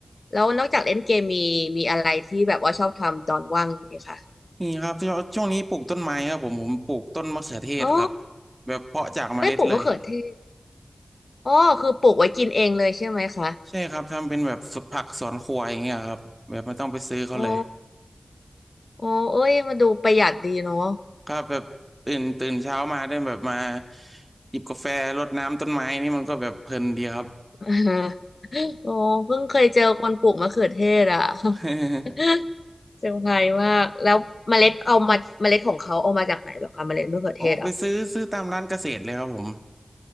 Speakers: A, on the left; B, on the right.
A: แล้วนอกจากเล่นเกมมีมีอะไรที่แบบว่าชอบทำตอนว่างไหมคะ
B: นี่ครับช่วงช่วงนี้ปลูกต้นไม้ครับผมผมปลูกต้นมะเขือเทศครับ
A: อ๋อ
B: แบบเพาะจากเมล็ดเลย
A: ไม่ปลูกมะเขือเทศอ๋อคือปลูกไว้กินเองเลยใช่ไหมคะ
B: ใช่ครับทำเป็นแบบสวนผักสวนครัวอย่างเงี้ยครับแบบไม่ต้องไปซื้อเขาเลย
A: อ๋ออ๋อเอ้ยมาดูประหยัดดีเนาะ
B: ครับแบบตื่นตื่นเช้ามาได้แบบมาหยิบกาแฟรดน้ำต้นไม้นี่มันก็แบบเพลินดีครับ
A: <laughs> โอ้เพิ่งเคยเจอคนปลูกมะเขือเทศอ่ะ <laughs>
B: <laughs>
A: เซอร์ไพรส์มากแล้วเมล็ดเอามาเมล็ดของเขาเอามาจากไหนเหรอคะเมล็ดมะเขือเทศอ่ะ
B: โอ้ไปซื้อซื้อตามร้านเกษตรเลยครับผม